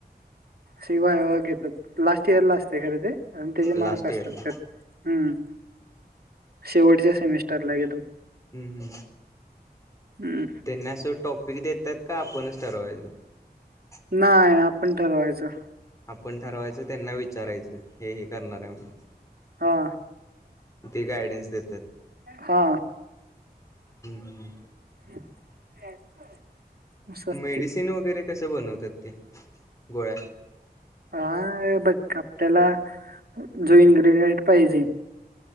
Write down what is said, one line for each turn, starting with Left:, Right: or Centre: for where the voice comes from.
Right: शिवाय अ घेतात,, लास्ट इयर ला असतय खरं ते. आणि त्याचे
Left: लास्ट
Right: मार्क असतात
Left: इयरला
Right: खर,, हम्म, शेवटच्या सेमिस्टरला एकदम.
Left: हम्म हम्,
Right: हम्म
Left: तेना अस टोप पीक देतात का आपणच ठरवायच
Right: नाय आपण ठरवायचं.
Left: आपण ठरवायचं त्यांना विचारायचं. हे, हे करणार आहे म्हणून.
Right: हा.
Left: ती गायडन्स देत
Right: हा
Left: हम् हम्
Right: <unintelligible> असते.
Left: मेडिसिन वगैरे कसे बनवतात ते गोळ्या
Right: हा बा आपल्याला जो इनग्रीडियंट पाहिजे